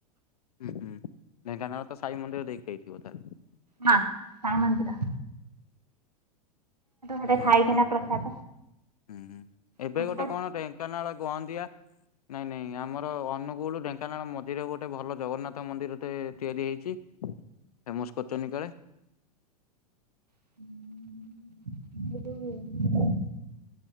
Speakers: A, on the left; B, on the right.
A: ହୁଁ ହୁଁ ଢେଙ୍କାନାଳ ତ ସାଇ ମନ୍ଦିର ଦେଇକି ଆଇଥିବ ତାହେଲେ
B: ହଁ ସାଇ ମନ୍ଦିର ସେଠେ
A: ଢେଙ୍କାନାଳ
B: ଖାଇକିନା ପ୍ରସାଦ
A: ହୁଁ ଏବେ
B: ପ୍ରସାଦ
A: ଗୋଟେ କଣ ଢେଙ୍କାନାଳ ଗନ୍ଦିଆ ନାଇଁ ନାଇଁ ଆମର ଅନୁଗୁଳ ଢେଙ୍କାନାଳ ମଝିରେ ଗୋଟେ ଭଲ ଜଗନ୍ନାଥ ମନ୍ଦିର ତିଆରି ହେଇଛି। ଫେମସ୍ କରିଛନ୍ତି କାଳେ।
B: <inaudible>